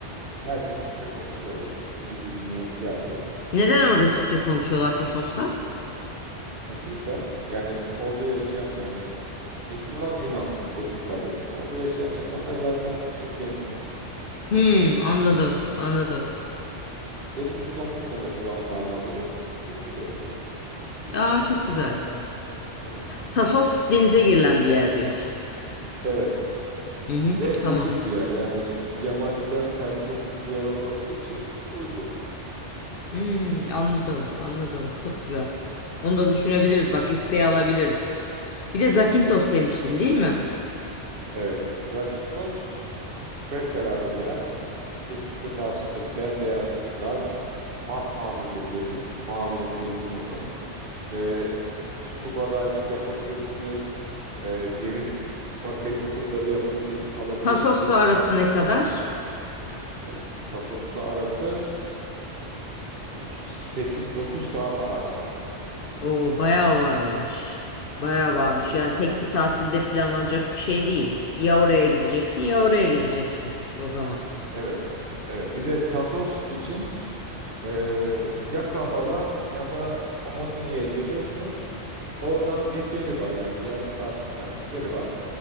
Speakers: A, on the right (about 50°); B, on the left (about 55°).
A: Herkes Türkçe konuşuyor orada çünkü İngilizce bilmeye ihtiyaç yok.
B: Neden orada Türkçe konuşuyorlar Tasos'ta?
A: E, Türkler yani orada yaşayan yani Müslüman Yunan teknik adı. Orada yaşayan insanlar zaten Türkçe bilen insanlar.
B: Hmm, anladım, anladım.
A: Benim üst komşum da mesela onlardan biri. Türkçe konuşuyoruz.
B: Ya çok güzel.
A: Hı.
B: Tasos denize girilen bir yer diyorsun.
A: Evet.
B: Hı hı,
A: Ve
B: tamam.
A: ucuz bir yer. Yani yabancıların tercih ettiği bir yer olmadığı için uygun.
B: Hmm, anladım, anladım. Çok güzel. Onu da düşünebiliriz. Bak listeye alabiliriz. Bir de Zakintos demiştin, değil mi?
A: Evet. Zakynthos fevkalade bir yer. Kesinlikle tavsiye ederim. Bembeyaz kumlar, masmavi bir deniz, mavinin 50 tonu. E, scuba diving yapabilirsiniz. E, gemi ufak tekne turları yapabilirsiniz, alabilirsiniz.
B: Tasos'la arası ne kadar?
A: Ay, Tasos'la arası e, 8-9 saat araçla.
B: Oo, bayağı varmış. Bayağı varmış.
A: Evet.
B: Yani tek bir tatilde planlanacak bir şey değil. Ya oraya gideceksin ya oraya gideceksin o zaman.
A: Evet. Evet. Bir de Tasos için e, ya Kavala ya da Komotini'ye geliyorsunuz. Oradan bir feri var yani yarım saat süren bir feri var.